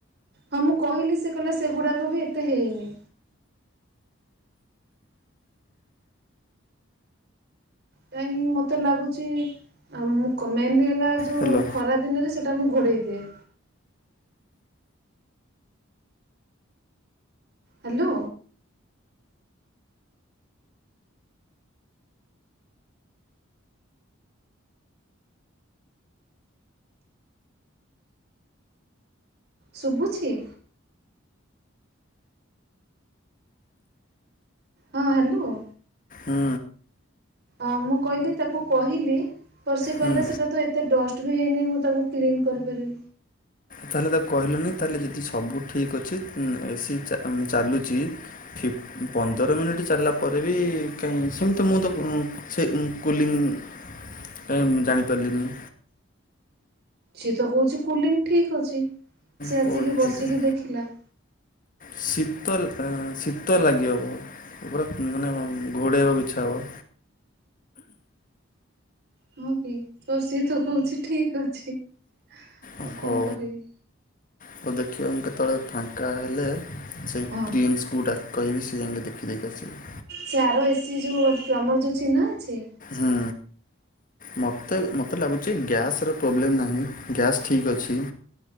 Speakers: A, on the right; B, on the left.
A: ହଁ ମୁଁ କହିଲି ସେ କହିଲା ସେଗୁଡାକ ବି ଏତେ ହେଇନି। କାଇଁ କି ମୋତେ ଲାଗୁଛି ଆଁ ମୁଁ କ ମେନ୍ଲି ହେଲା ଯୋଉ
B: ହ୍ୟାଲୋ
A: ଖରା ଦି ଦିନରେ ସେଇଟା ମୁଁ ଘୋଡେଇ ଦିଏ। ହାଲୋ। ଶୁଭୁଛି। ହଁ ହ୍ୟାଲୋ।
B: ହୁଁ।
A: ଅ ମୁଁ କହିଲି ତାକୁ କହିଲି ତ ସେ କହିଲା
B: ହୁଁ
A: ସେଇଟା ତ ଏ ଏତେ ଷ୍ଟ ବି ହେଇନି ମୁଁ ତାକୁ କ୍ଲିନ୍ କରିପାରିବି।
B: ତାହେଲେ ତାକୁ କହିଲନି ତାହେଲେ ଯଦି ସବୁ ଠିକ୍ ଅଛି ଉଁ ଏସି ଚା ଉଁ ଚାଲୁଛି। ଠିକ୍ ପନ୍ଦର ମିନିଟ୍ ଚାଲିଲା ପରେ ବି କାହିଁ ସେମତି ତ ମୁଁ ତ ଉଁ ସେଇ ଉଁ କୁଲିଙ୍ଗ୍ କାହିଁ ମୁଁ ଜାଣିପାରିଲିନି।
A: ସିଏ ତ କହୁଛି କୁଲିଙ୍ଗ୍ ଠିକ୍ ଅଛି ସିଏ
B: କେଉଁଠି
A: ଆସିକି ବସିକି
B: ଠିକ୍
A: ଦେଖିଲା।
B: ଶୀତ ଲ ଅଁ ଶୀତ ଲାଗିହବ ପୁରା ମାନେ ଘୋଡ଼େଇ ହବାକୁ ଇଛା ହବ।
A: ହଁ କି ତ ସିଏ ତ କହୁଛି ଠିକ ଅଛି। ମୁଁ
B: ଅ
A: କଣ
B: ହଉ
A: କରିବି
B: ହଉ ଦେଖିବା ମୁଁ କେତେବେଳେ ଫାଙ୍କା ହେଲେ। ସେଇ
A: ହଁ
B: ପ୍ରିନ୍ସକୁ ଡାକ୍ କହିବି ସେ ଯାଇଁକି ଦେଖିଦେଇକି ଆସିବ।
A: ଚାର ଏସିି ଯୋଉ ତମର ଯୋଉ ଚିହ୍ନା ଅଛି।
B: ହୁଁ। ମତେ ମତେ ଲାଗୁଛି ଗ୍ୟାସ୍ ର ପ୍ରୋବ୍ଲେମ୍ ନାହିଁ ଗ୍ୟାସ୍ ଠିକ୍ ଅଛି।